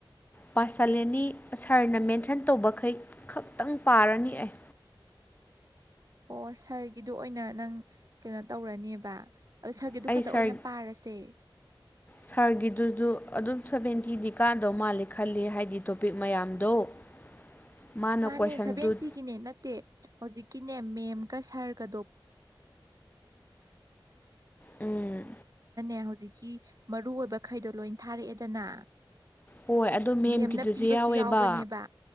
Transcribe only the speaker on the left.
ꯄꯁꯂꯦꯅꯤ ꯁꯥꯔꯅ ꯃꯦꯟꯁꯟ ꯇꯧꯕꯈꯩ ꯈꯛꯇꯪ ꯄꯥꯔꯅꯤ ꯑꯩ
ꯑꯩ
ꯁꯥꯔ
ꯁꯥꯔꯒꯤꯗꯨꯁꯨ ꯑꯗꯨꯝ ꯁꯚꯦꯟꯇꯤꯗꯤ ꯀꯥꯟꯗꯧ ꯃꯥꯜꯂꯦ ꯈꯜꯂꯤ ꯍꯥꯏꯗꯤ ꯇꯣꯄꯤꯛ ꯃꯌꯥꯝꯗꯣ <unintelligible>
ꯀꯣꯏꯁꯟꯗꯨ
ꯎꯝ
ꯍꯣꯏ ꯑꯗꯣ ꯃꯦꯝꯒꯤꯗꯨꯁꯨ
ꯌꯥꯎꯋꯦꯕ